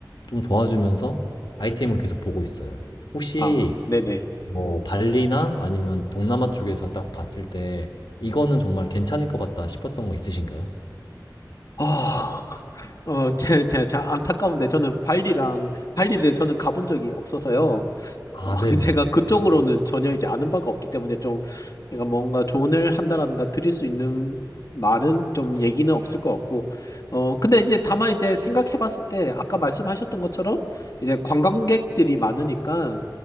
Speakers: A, on the left; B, on the left.
A: 좀 도와주면서 아이템을 계속 보고 있어요. 혹시
B: 아, 네네.
A: 뭐 발리나 아니면 동남아 쪽에서 딱 봤을 때 이거는 정말 괜찮을 것 같다 싶었던 거 있으신가요?
B: 아, <laughs> 어, 제, 제, 제 안타까운데 저는 발리랑 발리를 저는 가본 적이 없어서요.
A: 아,
B: 어, <laughs>
A: 네네네.
B: 제가 그쪽으로는 전혀 이제 아는 바가 없기 때문에 좀 제가 뭔가 조언을 한다라든가 드릴 수 있는 말은 좀 얘기는 없을 것 같고, 어, 근데 이제 다만 이제 생각해 봤을 때 아까 말씀하셨던 것처럼 이제 관광객들이 많으니까,